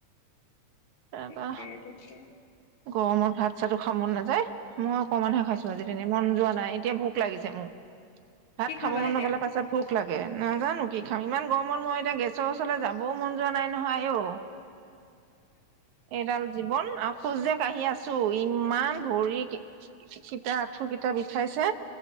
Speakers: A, on the right; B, on the left.
A: তাৰপা
B: ঠিকে ঠিকে।
A: গৰমত ভাত চাতো খাব মন নাযায়। মই অকণমানহে খাইছো আজি তেনেই, মন যোৱা নাই এতিয়া ভুক লাগিছে মোৰ, ভাত
B: কি
A: খাব
B: খাবা
A: মন
B: এতিয়া?
A: নগ'লে পাছত ভুক লাগে, নাজানো কি খাম ইমান গৰমত মই এতিয়া গেছ। চচ ওচলে যাবও মন যোৱা নাই নহয় আইয়ো এইডাল জীৱন।। যে কাহি আছো ইমান ভৰি কি কিটা, আঁঠু কেইটা বিষাইছে।